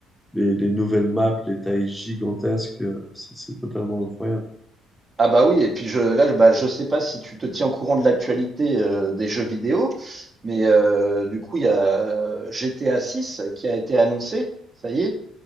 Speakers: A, in the centre; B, on the right.
A: les, les nouvelles maps, les tailles gigantesques, euh, c'est c'est totalement incroyable.
B: Ah bah oui, et puis je, là, je- bah, je sais pas si tu te tiens au courant de l'actualité euh, des jeux vidéo, mais euh, du coup, il y a euh, GTA 6 qui a été annoncé, ça y est.